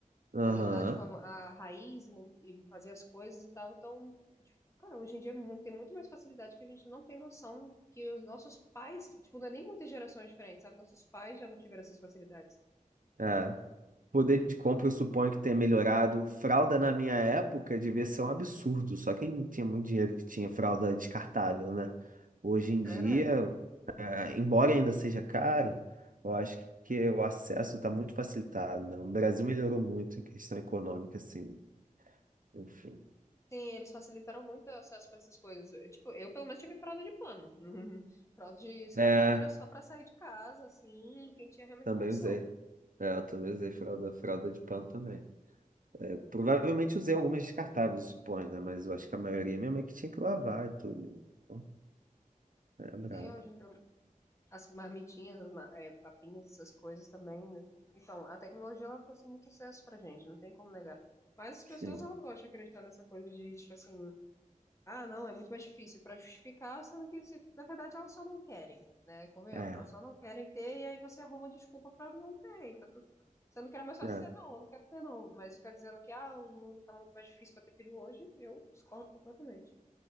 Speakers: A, on the right; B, on the left.
A: Aham,
B: coletar, tipo, a, a raiz mo- e fazer as coisas e tal. Então, tipo, cara, hoje em dia é mu- tem muito mais facilidade que a gente não tem noção que os nossos pais, tipo, não é nem muitas gerações diferentes, sabe? Nossos pais já não tiveram essas facilidades.
A: é. Poder de compra, eu suponho que tenha melhorado. Fralda na minha época devia ser um absurdo. Só quem tinha muito dinheiro que tinha fralda descartável, né? Hoje
B: Isso
A: em dia.
B: É verdade.
A: Ah, embora ainda seja caro, eu acho que o acesso está muito facilitado, né? O Brasil melhorou muito a questão econômica, assim, enfim.
B: Sim, eles facilitaram muito o acesso para essas coisas. Eu, Tipo, eu pelo menos tive fralda de pano. <laughs> Fralda de descartável
A: É,
B: era só para sair de casa, assim, quem tinha realmente
A: também
B: condição.
A: usei. É, eu também usei fralda, fralda de pano também. É, provavelmente usei algumas descartáveis, suponho, né? Mas eu acho que a maioria minha mãe que tinha que lavar e tudo. Então, é brabo.
B: Sim, hoje, As marmitinhas, as ma- é, papinhas, essas coisas também, né? Então, a tecnologia ela trouxe muito acesso pra gente, não tem como negar. Mas as pessoas
A: Sim.
B: elas gostam de acreditar nessa coisa de, tipo assim, ah, não, é muito mais difícil pra justificar, sendo que, se- na verdade, elas só não querem, né? Convenhamos,
A: É,
B: elas só não querem ter, e aí você arruma desculpa pra não ter, e tá tudo. Sendo que era mais fácil
A: é,
B: dizer, não, eu não quero ter, não. Mas ficar dizendo que, ah, o mundo tá muito mais difícil pra ter filho hoje, eu discordo completamente.